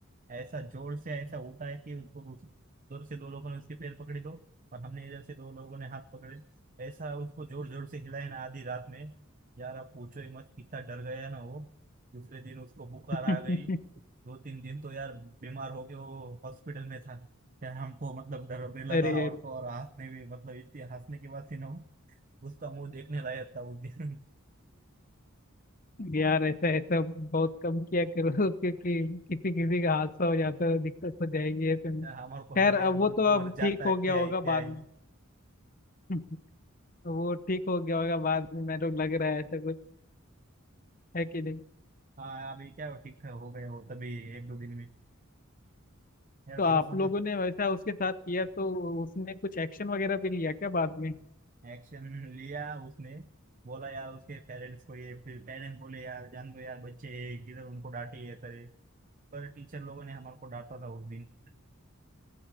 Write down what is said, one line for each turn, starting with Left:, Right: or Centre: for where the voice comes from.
Right: ऐसा जोर से ऐसा उठाया कि उसको उस जोर से दो लोगों ने उसके पैर पकड़े दो और हमने इधर से दो लोगों ने हाथ पकड़े ऐसा उसको जोर जोर से हिलाया ना आधी रात में यार आप पूछो ही मत कितना डर गया ना वो दूसरे दिन उसको बुखार
Left: <laughs>
Right: आ गई दो तीन दिन तो यार बीमार हो के वो हॉस्पिटल में था यार हमको मतलब डर भी लगा
Left: अरे
Right: और
Left: अरे।
Right: तो और हंसने भी मतलब इतनी हंसने के बाद थी ना वो, उसका मुंह देखने लायक था उस दिन
Left: यार ऐसा ऐसा बहुत कम किया करो <laughs> क्योंकि किसी किसी का हादसा हो जाता है दिक्कत हो जाएगी ऐसे में
Right: यार
Left: खैर
Right: हमारे को लगा यार
Left: अब वो तो
Right: मर
Left: अब ठीक
Right: जाता है
Left: हो गया
Right: क्या
Left: होगा
Right: है क्या
Left: बाद
Right: है
Left: में
Right: नहीं
Left: <laughs> वो ठीक हो गया होगा बाद में मेरे को लग रहा है ऐसा कुछ है कि नहीं
Right: हाँ अभी क्या हो ठीक हो गए हो तभी एक दो दिन में यार
Left: तो आप
Right: बहुत मतलब
Left: लोगों ने वैसा उसके साथ किया तो उसने कुछ एक्शन वगैरह भी लिया क्या बाद में
Right: एक्शन लिया उसने बोला यार उसके पेरेंट्स को ये फिर पेरेंट्स बोले यार जान दो यार बच्चे हैं, किधर उनको डांटे ये करे पर टीचर लोगों ने हमारे को डांटा था उस दिन